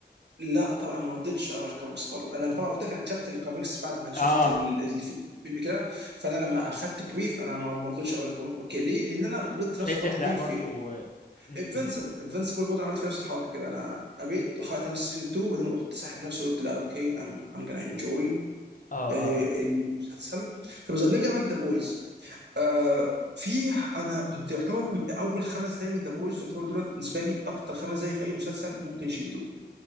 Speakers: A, on the right; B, on the left.
A: لا طبعا ما رضيتش اقرا الكوميكس خالص انا طبعا قلت لك انا اكتشفت الكوميكس بعد ما شفت
B: اه
A: ال- الفي- الفيلم كده فانا لما اخدت بريف انا ما ما رضيتش اقرا الكوميكس اوكي ليه؟ لان انا غلطت
B: مش
A: نفس
B: عايز
A: الغلطه
B: تحرق
A: دي
B: برضو
A: في
B: امم
A: انفنسبل انفنسبل برضه أنا عملت في نفس الحركه كده انا قريت وحرقت نفسي سيزون 2 وبعدين رحت ساحب نفسي وقلت لا اوكي ام ام جonna انجوي
B: اه
A: المسلسل
B: اه
A: فبز- نرجع بقى لذا بويز آه في انا تعتبر اول خمس دقايق من ذا بويز يعتبر دولت بالنسبه لي اكتر خمس دقايق في اي مسلسل ممكن يشدوه